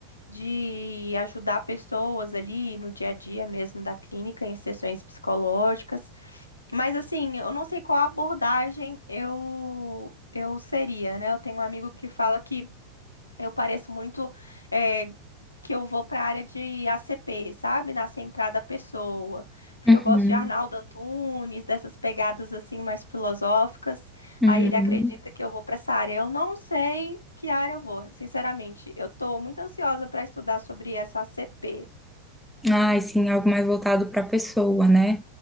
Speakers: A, on the left (about 80°); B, in the centre.
A: de ajudar pessoas ali no dia a dia mesmo da clínica, em sessões psicológicas. Mas assim, eu não sei qual abordagem eu, eu seria, né? Eu tenho um amigo que fala que eu pareço muito eh, que eu vou para a área de ACP, sabe? Na centrada da pessoa. Porque
B: uhum,
A: eu gosto de Arnaldo Antunes, dessas pegadas assim mais filosóficas.
B: uhum.
A: Aí ele acredita que eu vou para essa área. Eu não sei que área eu vou, sinceramente. Eu tô muito ansiosa para estudar sobre essa ACP.
B: Ai, sim, algo mais voltado para a pessoa, né?